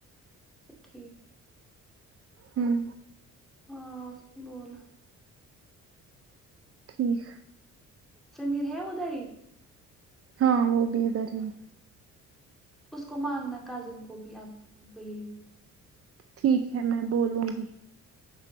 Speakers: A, in the centre; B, on the right.
A: اچھا ٹھیک
B: ہوں
A: ہاں اس تو بول
B: ٹھیک
A: سمیر ہے اداری
B: ہاں وہ بھی ادھر ہی ہے
A: اس کو مانگنا کزن کو بھی اب فون پلیز
B: ٹھیک ہے میں بولوں گی